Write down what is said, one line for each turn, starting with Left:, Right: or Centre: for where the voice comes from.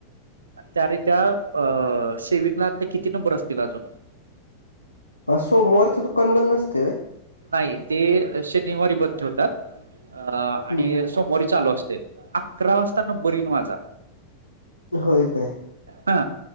Right: त्या रे त्या अ सेविगण आता किती नंबर असतील अजून
Left: सोमोवारचं दुकान बंद नसतेय व्ह
Right: नाही ते शनिवारी बंद ठेवतात अ आणि
Left: हम्म
Right: सोमवारी चालू असते अकरा वाजता नंबर येईल माझा
Left: होय काय
Right: हा